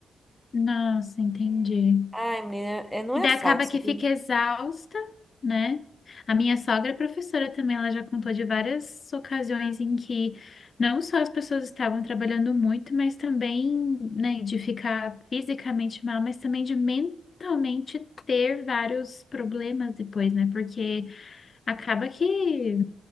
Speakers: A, on the left; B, in the centre.
A: Nossa, entendi.
B: Ai, menina, é, não
A: E
B: é
A: daí
B: fácil,
A: acaba que
B: viu?
A: fica exausta, né? A minha sogra é professora também, ela já contou de várias ocasiões em que não só as pessoas estavam trabalhando muito, mas também, né, de ficar fisicamente mal, mas também de mentalmente ter vários problemas depois, né? Porque Acaba que,